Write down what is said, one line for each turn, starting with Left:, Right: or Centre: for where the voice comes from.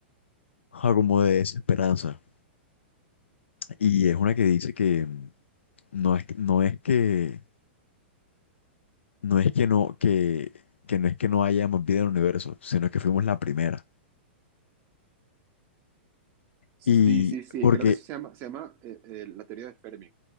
Left: ah, como de desesperanza. Y es una que dice que no es, no es que, no es que no, que, que no es que no haya más vida en el universo, sino que fuimos la primera.
Right: Sí,
Left: Y
Right: sí, sí.
Left: porque,
Right: Creo que se llama, se llama eh, eh, la teoría de Fermi,